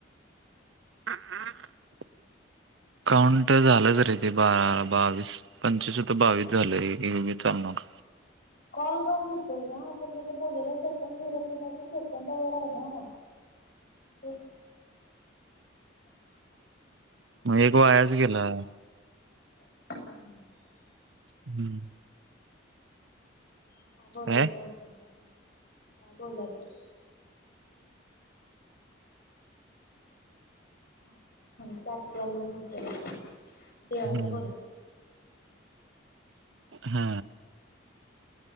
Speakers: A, on the right (about 75°); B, on the left (about 50°).
A: <unintelligible> काउंट झालंच रे ते बा बावीस पंचवीस तर बावीस झालं हे घे चालणार.
B: कॉल काउंट हुतोय ना पण तुझं बोललेला सेकंद झाल्यात म्हणल्यावर तू सेकंद वर आहे ना. <unintelligible>
A: म एक वायाच गेला.
B: <inaudible>
A: हम्म
B: <unintelligible>
A: काय
B: म्हणजे साती आली म्हण विचर देवाचं
A: हम्म
B: बोलावत.
A: हा